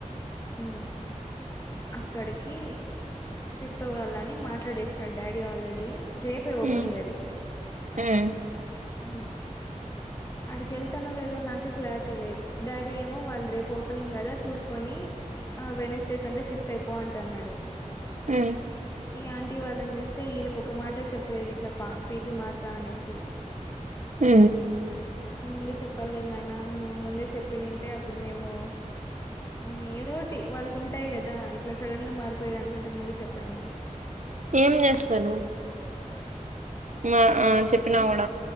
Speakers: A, on the left; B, on the right.
A: ఊ అక్కడికి షిఫ్ట్ అవ్వాలని మాట్లాడేసినాడు డాడీ ఆల్రెడీ. రేపే ఓపెనింగ్
B: ఉమ్
A: అది.
B: ఉమ్
A: ఉ ఆడికెళ్తానో లేదో నాకే క్లారిటీ లేదు, డాడీ ఏమో వాల్ది రేపు ఓపెనింగ్ కదా చూసుకొని ఆ వెనిస్డే కంత షిఫ్ట్ అయిపో అంటాన్నడు.
B: ఉ
A: ఈ ఆంటీ వాళ్ళన్ చూస్తే, ఈళ్ళకి ఒక మాట చెప్పలేదు ఇట్లా పం పీ జి మారుతా అనేసి.
B: ఉ
A: అన్ ముందే చెప్పాలి కదా నాయన, నువ్ ముందే చెప్పినింటే అప్పుడు మేము ఆ ఏదోటి వాళ్ళకి ఉంటాయి కదా, ఇట్ల సడన్ గా మారిపోయే దానికంటే ముందు చెప్పడము.
B: ఏం చేస్తను మా ఆ చెప్పినా కూడ